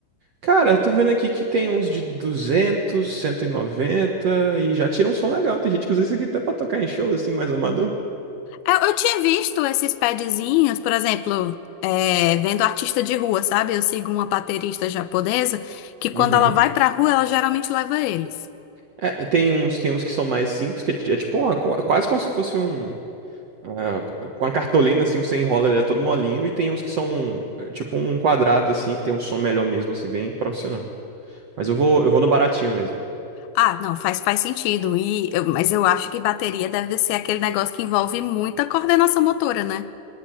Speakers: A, on the right; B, on the left.
A: Cara, eu tô vendo aqui que tem uns de 200, 190 e noventa e já tira um som legal. Tem gente que usa isso aqui até pra tocar em show, assim, mais amador.
B: Eu, eu tinha visto esses padzinhos, por exemplo, é, vendo artista de rua, sabe? Eu sigo uma baterista japonesa que quando
A: Uhum.
B: ela vai pra rua, ela geralmente leva eles.
A: É, tem uns, tem uns que são mais simples, que é, ti- é tipo uma, co- quase como se fosse um. ah, com a cartolina, assim, você enrola, ele é todo molinho. E tem uns que são é, tipo um quadrado, assim, que tem um som melhor mesmo, assim, bem profissional. Mas eu vou, eu vou no baratinho mesmo.
B: Ah, não, faz, faz sentido. E eu- mas eu acho que bateria deve ser aquele negócio que envolve muita coordenação motora, né?